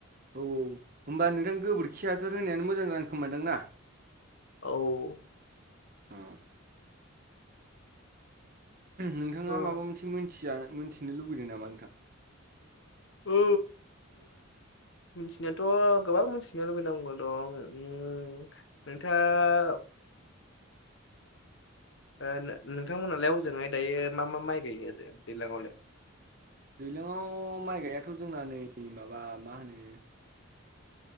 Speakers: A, on the right; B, on the left.
A: औ औ होनोमबा नोंथां गोबोरखि हासार होनायानो मोजां जागोन खोमादां ना
B: औ
A: अ नोंथाङा
B: ओ
A: माबा मोनसे मोनथिया मोनथिनो लुगैदों नामा नोंथां
B: औ मिथिनायाथ' गोबां मिथिनो लुबैनांगौ दं उम नोंथाङा ओ नोंथांमोनालाय हजोङो दायो मा मा माइ गायोयो दैलांआवलाय
A: दैलांआव माइ गायाथ' जोंना नै माबा मा होनो